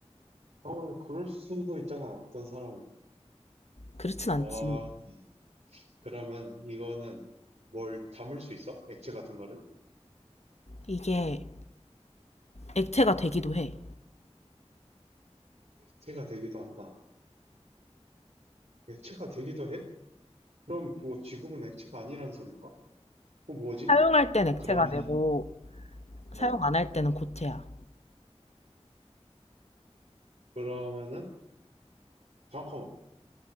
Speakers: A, on the right; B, on the left.
A: 어, 그럴 수도 있잖아. 어떤 사람은.
B: 그렇진 않지.
A: 아, 그러면 이거는 뭘 담을 수 있어? 액체 같은 거를?
B: 이게 액체가 되기도 해.
A: 액체가 되기도 한다. 액체가 되기도 해? 그럼 뭐 지금은 액체가 아니란 소린가? 어, 뭐지?
B: 사용할 땐
A: 아,
B: 액체가
A: 그러면은,
B: 되고
A: 어,
B: 사용 안 할 때는 고체야.
A: 그러면은, 잠깐만.